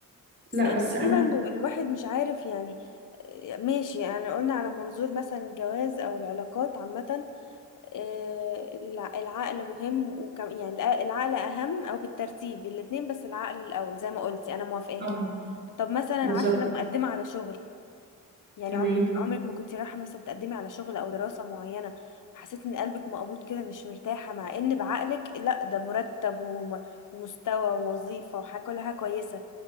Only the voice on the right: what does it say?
لا
بس انا
طبعا
بالظبط
تمام